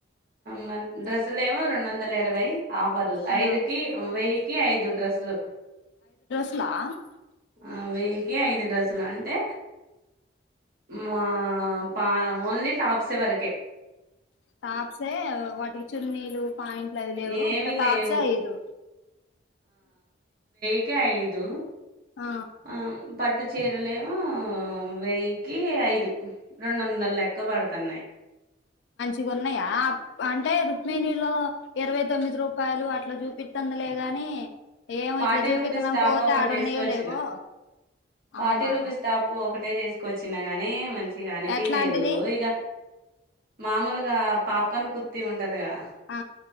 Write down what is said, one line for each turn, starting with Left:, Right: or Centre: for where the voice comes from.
Right: మరి డ్రెస్సులు ఏమో రెండు వందల ఇరవై ఆఫర్లు
Left: ఆ
Right: ఐదుకి వెయ్యికి ఐదు డ్రెస్సులు
Left: ఆ
Right: ఆ వెయ్యి కి ఐదు డ్రస్సులు అంటే మా పా ఓన్లీ టాప్స్ వరకే
Left: టాప్స్ ఎ వా ఈ చున్నీలు పాయింట్లు అవి లేవు
Right: ఏమి
Left: ఉత్త టాప్స్
Right: లేవు
Left: ఐదు
Right: ఒకే ఐదు
Left: ఆ
Right: ఆ పట్టు చీరలేమొ వెయ్యకి ఐదు రెండు వందలు లెక్క పడుతున్నాయి
Left: ఇ ఉన్నాయా అంటే రుక్మిణిలో ఇరవై తొమ్మిది రూపా రూపాయలు అట్ల చూపిత్తానందిలే కని ఏమో
Right: ఫార్టీ
Left: ఇట్లా చూపించాల
Right: రూపీస్ టాప్
Left: పోతే
Right: ఒకటి
Left: ఆడన్నాయో
Right: తీసుకొచ్చిన
Left: లేవో
Right: ఫార్టీ
Left: అవునా
Right: రూపీస్ టాప్ ఒకటే తీసుకొచ్చిన గాని మంచి అనిపిలేదు
Left: ఎట్లాంటిది
Right: ఇగ మామూలుగా పాప్కార్న్ కుర్తీ ఉం టది గా
Left: ఆ